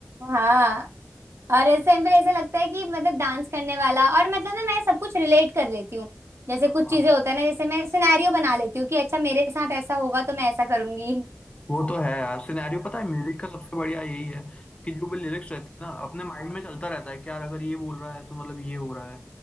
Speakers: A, on the right; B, on the left.
A: हाँ और इस टाइम पे ऐसा लगता है कि मतलब डांस करने वाला और मतलब ना मैं सब कुछ रिलेट कर लेती हूँ जैसे
B: हाँ
A: कुछ चीजें होता है ना जैसे मैं सिनेरियो बना लेती हूँ कि अच्छा मेरे साथ ऐसा होगा तो मैं ऐसा करूंगी
B: वो तो है यार सिनेरियो पता है म्यूजिक का सबसे बढ़िया यही है कि जो भी लिरिक्स रहती है ना अपने माइंड में चलता रहता है कि यार अगर ये बोल रहा है तो मतलब ये हो रहा है